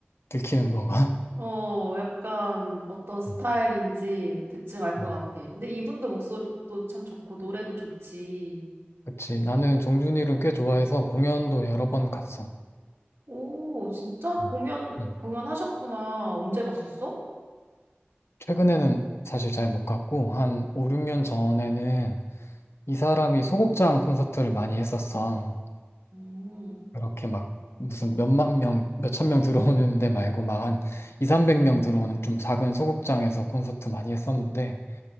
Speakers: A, on the left; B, on the right.
A: 들키는 건가?
B: 어, 약간 어떤
A: <laughs>
B: 스타일인지
A: 음,
B: 대충 알 것
A: 음,
B: 같아. 근데 이분도 목소리도 참 좋고, 노래도 좋지.
A: 그치. 나는 정준일은 꽤 좋아해서 공연도 여러 번 갔어.
B: 오, 진짜 공연,
A: 음, 음.
B: 공연하셨구나. 언제 갔었어?
A: 최근에는 사실 잘 못 갔고, 한 5, 6년 전에는 이 사람이 소극장 콘서트를 많이 했었어.
B: 음.
A: 그렇게 막 무슨 몇만 명, 몇천 명 들어오는 데 말고 막 한 2, 300명 들어오는 좀 작은 소극장에서 콘서트 많이 했었는데